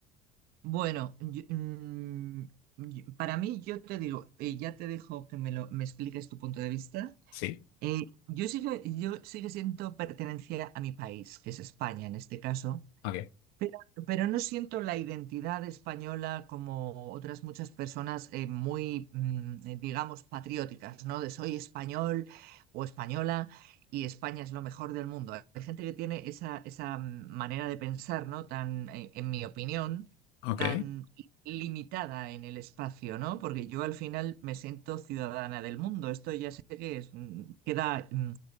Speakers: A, on the right; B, on the left.
A: bueno, yo- mm, yo- para mí yo te digo, y ya te dejo que me, lo, me expliques tu punto de vista.
B: Sí,
A: Eh, yo sigo, yo sigo siento pertenencia a mi país, que es España en este caso.
B: ok.
A: Pero, pero no siento la identidad española como otras muchas personas eh, muy, mm, eh, digamos, patrióticas, ¿no? De soy español o española y España es lo mejor del mundo. Hay gente que tiene esa, esa mm, manera de pensar, ¿no? Tan, eh, en mi opinión,
B: Ok,
A: tan limitada en el espacio, ¿no? Porque yo al final me siento ciudadana del mundo. Esto ya sé que es, mm, queda mm,